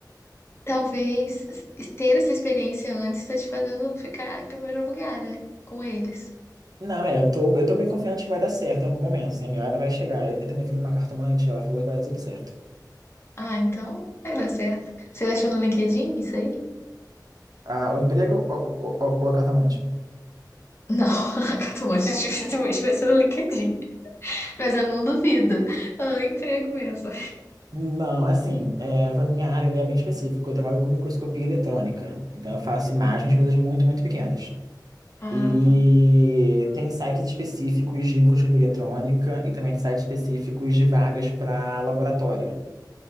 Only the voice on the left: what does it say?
Talvez ter essa experiência antes está te fazendo ficar em primeiro lugar, né? Com eles.
Ah, então vai dar certo. Você achou no LinkedIn isso aí?
Não, <laughs> a Catamonte dificilmente vai ser no LinkedIn. Mas eu não duvido. É um emprego mesmo.
Ah,
tá.